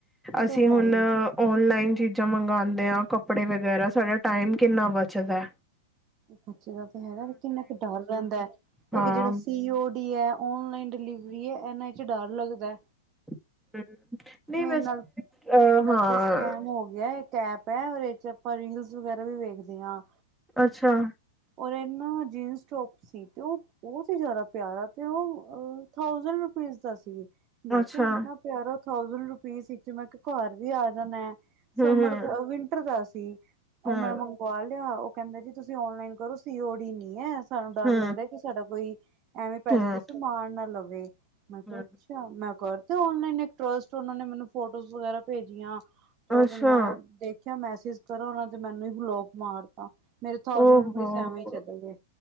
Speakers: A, on the right; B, in the centre.
A: ਉਹ ਤੇ
B: ਅਸੀਂ
A: ਹੈ
B: ਹੁਨ
A: ਹੀ ਹੈ।
B: ਓਨਲਾਈਨ ਚੀਜ਼ਾਂ ਮੰਗਾਂ ਆਂ ਕੱਪੜੇ ਵਗੈਰਾ ਸਾਡਾ ਟਾਈਮ ਕਿੰਨਾ ਬੱਚਦਾ ਐ।
A: ਬੱਚੇ ਤੇ ਹੈਗਾ ਵੀ ਕਿੰਨਾ ਕੁ ਡਰ ਰਹਿੰਦਾ ਐ।
B: ਹਾਂ
A: ਇੱਕ ਜਿਹੜਾ
B: ਹਮ
A: ਸੀ ਓ ਡੀ ਐ, ਓਨਲਾਨ ਡਿਲੀਵਰੀ ਐ, ਇਨਾ ਚ ਡਰ ਲੱਗਦਾਏ।
B: <unintelligible>
A: ਮੇਨਾਲ
B: ਵੈਸੇ ਅ
A: ਮੇਨਾਲ
B: ਹਾਂ
A: ਤੇ ਸਕੈਮ ਹੋ ਗਿਆ ਇੱਕ ਐਪ ਇਹ ਓਰ ਇਹਦੇ ਚ ਆਪਾ ਰਿੰਗਸ ਵਗੈਰਾ ਵੀ ਵੱਖਦੇ ਆਂ।
B: ਅੱਛਾ।
A: ਔਰ ਇਨਾ ਜੀਨਸ ਟੋਪ ਸੀ ਤੇ ਉਹ ਬਹੁਤ ਹੀ ਜਿਆਦਾ ਪਿਆਰਾ ਤੇ ਉਹ ਅ ਥਾਉਜ਼ਨਟ ਰੁਪਏੇ <unintelligible> ਸੀ, ਮੈਂ
B: ਅੱਛਾ
A: ਕਿਹਾ ਇੰਨਾ ਪਿਆਰਾ ਥਾਉਜ਼ਨਟ ਰੁਪਿਸ ਇਚ ਮੈਂ ਕ ਘਰ ਵੀ ਆ ਜਾਨਾ ਏ।
B: ਹਮ
A: ਸਮਰ
B: ਹਮ
A: ਦਾ, ਵਿੰਟਰ ਦਾ ਸੀ ਉਹ
B: ਹਮ
A: ਮੈਂ ਮੰਗਵਾ ਲਿਆ ਕਹਿੰਦੇ ਜੀ ਤੁਸੀਂ ਔਨਲਾਈਨ ਕਰੋ ਸੀ ਓ ਡੀ ਨੀ ਐ ਸਾਨੂੰ ਡਰ
B: ਹਮ
A: ਲੱਗਦਾਏ ਕਿ ਸਾਡਾ ਕੋਈ ਐਵੇਂ ਪੈਸੇ
B: ਹਮ
A: ਪੂਸੇ ਮਾਰ ਨਾ ਲਵੇ, ਮੈਂ ਕਿਹਾ
B: ਹਮ
A: ਅੱਛਾ, ਮੈਂ ਕਰਦੇ ਔਨਲਾਈਨ ਏਕ ਟਸਟ ਉਹ ਨੇ ਮੈਨੂੰ ਫੋਟੋਸ ਵਗੈਰਾ ਭੇਜਿਆ ਤੇ ਉਹ
B: ਅੱਛਾ
A: ਤੇ ਮੈਂ ਦੇਖਿਆ ਮੈਸ ਇਸ ਤਰਾਂ ਉਹਨਾਂ ਤੇ ਮੈਨੂੰ ਹੀ ਬਲੋਕ ਮਾਰਤਾ। ਮੇਰੇ ਥਾਊਸੈਂਡ
B: ਉਹ
A: ਰੁਪੀਸ
B: ਹੋੋ,
A: ਐਵੇਂ ਹੀ ਚਲੇ ਗਏ